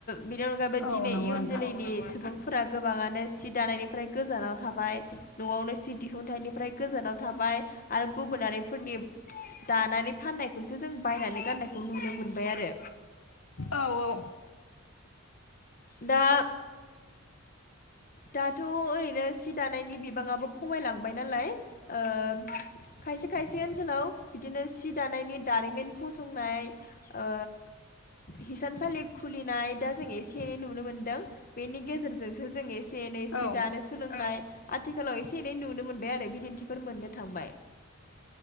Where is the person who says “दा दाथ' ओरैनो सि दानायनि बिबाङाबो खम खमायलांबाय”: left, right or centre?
Left